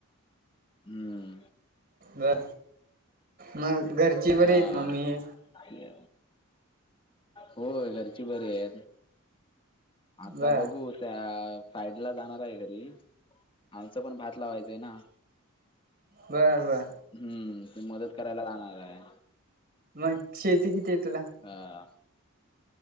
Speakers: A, on the left; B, on the right.
A: हम्म
B: ब मग घरची बरी
A: हा
B: आहेत मम्मी
A: ते होय घरची बरी आहे आता
B: बर
A: बघू त्या फ्रायडे ला जाणार आहे घरी आमचं पण भात लावायचं आहे ना
B: बर बर
A: हुम्म ते मदत करायला लाहणार आहे
B: मग शेती किती आहे तुला.
A: ह